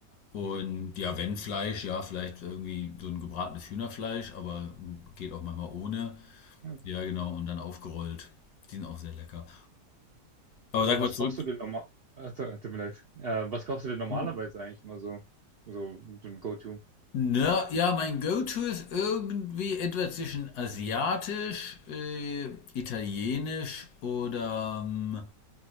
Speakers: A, on the left (about 70°); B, on the right (about 75°).
A: Und
B: Mhm.
A: ja, wenn Fleisch, ja, vielleicht irgendwie so ein gebratenes Hühnerfleisch, aber geht auch manchmal ohne.
B: Ja.
A: Ja, genau, und dann aufgerollt. Die sind auch sehr lecker. Aber
B: Aber
A: sag mal
B: was
A: zurück.
B: kochst du denn normal? Äh, tut tut mir leid. Äh, was kochst du denn normalerweise
A: hm?
B: eigentlich mal so? So, so ein Go-To.
A: Na, ja, mein Go-To ist irgendwie etwa zwischen asiatisch, äh, italienisch oder ähm,